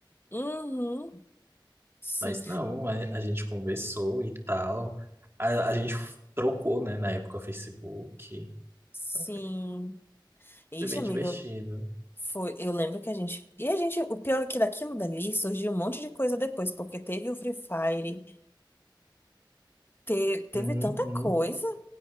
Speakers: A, on the left; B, on the right.
A: Uhum. Sim.
B: Mas não, a, a gente conversou e tal. A, a gente trocou, né, na época, o Facebook.
A: Sim.
B: Então foi bem,
A: Ixi,
B: foi bem
A: amiga,
B: divertido.
A: eu- foi, eu lembro que a gente. E a gente, o pior é que daquilo dali surgiu um monte de coisa depois, porque teve o Free Fire, te- teve
B: Uhum.
A: tanta coisa.